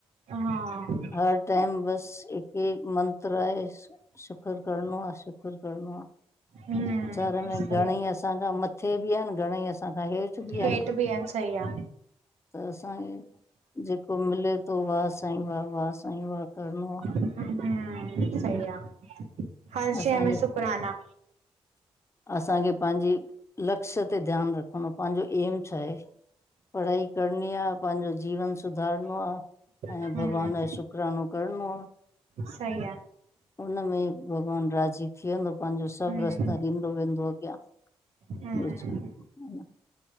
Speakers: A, on the right (about 85°); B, on the left (about 25°).
A: हा
B: और टाइम बस हिकु ई मंत्र आहे शुकुर करणों आ, शुकुर करणों आ।
A: हम्म
B: ॼॻ में
A: सही
B: घणंई असांखां मथे ॿि आहिन, घणंई असां खां हेठि बि
A: हेठ
B: आहिनि
A: ॿि आहिन, सही आ।
B: त असांखे जेको मिले तो, वाह सांई, वाह- वाह साईं वाह करणों आ।
A: हम्म सही आ, हर
B: असांखे
A: शैं में शुकराना।
B: असांखे पांहिंजी लक्ष्य ते ध्यानु रखिणों पांहिंजो एम छा हे। पढ़ाई करणीं आ, पाहिंजो जीवन सुधारणों आ ऐं
A: हम्म
B: भॻवान ॼो शुक् शुकरानो करणो आ।
A: सही आ।
B: उनमें भॻवानु राज़ी थी वेंदो पांजो सब
A: हम्म
B: रस्ता ॾींदो वेंदो अॻियां।
A: हम्म
B: ब्यो छा, हन